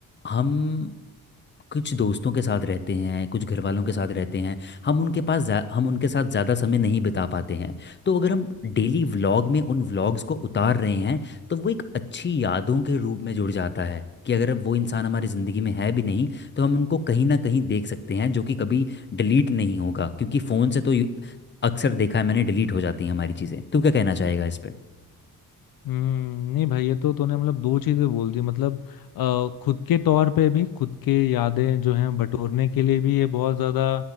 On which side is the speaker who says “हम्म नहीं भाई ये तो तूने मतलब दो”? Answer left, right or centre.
Left